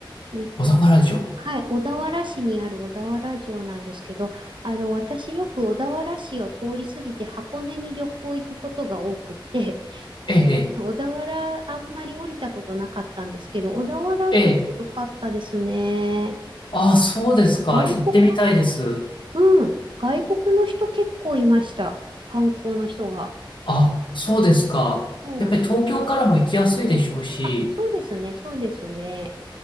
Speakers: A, on the right (about 70°); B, on the left (about 70°).
A: い、
B: 小田原城。
A: はい、小田原市にある小田原城なんですけど、あの、私よく小田原市を通り過ぎて箱根に旅行行くことが多くって、
B: ええ、
A: 小田原、あんまり降りたことなかったんですけど、小田原城良かったですね。
B: ええ。ええあ、そうですか。
A: 外国、
B: 行ってみたいです。
A: うん、外国の人結構いました。観光の人が。
B: あ、そうですか。
A: はい。
B: やっぱり東京からも行きやすいでしょうし、
A: あ、そうですね、そうですね。